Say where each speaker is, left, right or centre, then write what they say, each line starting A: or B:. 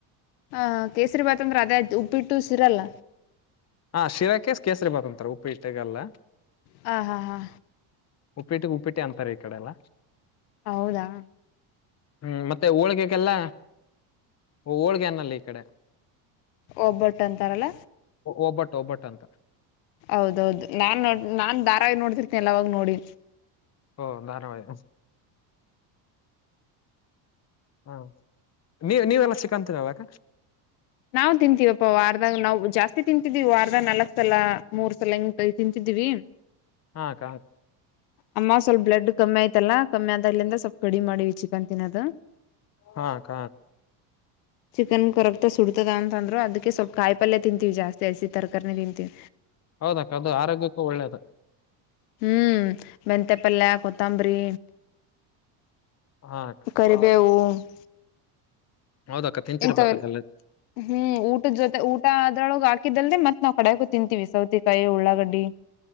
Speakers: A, on the left; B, on the left.
A: ಹ ಕೇಸರಿ ಭಾತ್ ಅಂದ್ರೆ ಅದೇ ಉಪ್ಪಿಟ್ಟು ಸಿರಲ್ಲ
B: ಹಾ ಶಿರಾಕೇ ಕೇಸರಿ ಬಾತ ಅಂತಾರ ಉಪ್ಪು ಇಟ್ಟಗಲ್ಲ
A: ಹ ಹಾ ಹಾ
B: ಉಪೇಟಿ ಉಪಿಟಿ ಅಂತಾರೆ ಈ ಕಡೆಲ್ಲ
A: ಹೌದಾ
B: ಹೂ ಮತ್ತೆ ಮತ್ತೆ ಹೋಳಿಗೆಯಲ್ಲ ಓ ಹೋಳ್ಗೆ ಅನಲ್ಲ ಈ ಕಡೆ
A: ಒಬ್ಬಟ್ಟು ಅಂತಾರಲ್ಲ
B: ಒಬ್ಬಟ್ಟು ಓಬ್ಬಟ್ಟು ಅಂತರ
A: ಹೌದೌದು ನಾನ್ ನೋ ನಾನ್ ಧಾರಾವಯಿ ನೋಡ್ತಿರ್ತೇನಿ ಎಲ್ಲವಾಗ ನೋಡಿ
B: ಓ ಧಾರವಾಯಿ ಹಾ ನೀ ನೀವೆಲ್ಲ ಸಿಿಕಂತೀರವಕ
A: ನಾವ್ ತಿಂತೀವಪ್ಪ ವಾರದಾಗ ನಾವು ಜಾಸ್ತಿ ತಿಂತಿದೀವಿ ವಾರದ ನಾಕ್ ಸಲ ಮೂರ್ ಸಲ ಇಂಗ ತಿಂತಿದಿವವಿ
B: ಹಾ ಕ
A: ಅಮ್ಮ ಸ್ವಲ್ಪ್ ಬ್ಲಡ್ ಕಮ್ಮಿ ಆಯ್ತಲ್ಲಾ ಕಮ್ಮಿ ಆದ ಇಲ್ಲಿಂದ ಸ್ವಲ್ಪ ಕಡಿ ಮಾಡಿವವಿ ಚಿಕನ್ ತಿನ್ನೋದು
B: ಹಾ ಕ
A: ಚಿಕನ್ ಕೊರ ಮ ಸುಡತದ ಅಂತಂದ್ರರು ಅದ್ಕ್ಕೆ ಸ್ವಲ್ಪ ಕಾಯಿ ಪಲ್ಯ ತಿಂತೀವಿ ಜಾಸ್ತಿ ಹಸಿ ತರಕಾರಿ ತಿಂತೀವಿ
B: ಹೌದಕ್ಕ ಅದು ಆರೋಗ್ಯಕ್ಕೂ ಒಳ್ಳೇದು
A: ಹೂ ಮೆಂತೆೆಪಲ್ಯ ಕೊತ್ತಂಬರಿ
B: ಹಾ ಅಕ್ಕ
A: ಕರಿಬೇವು ಹ
B: ಹೌದಕ್ಕ ತಿಂತಿರ್ಬೇಕ
A: ಎಂತವಲ್ಲ
B: ಅದೆಲ್ಲ
A: ಹೂ ಊಟದ ಜೊತೆ ಊಟ ಅದ್ರೊಳಗೆ ಹಾಕಿದ್ದಲ್ದೆೇ ಮತ್ತೆ ನಾವು ಕಡಕೂ ತಿಂತೀ ವಿಿಸವತಿ ಕಾಯ ಉಳ್ಳಾ ಗಡ್ಡಿ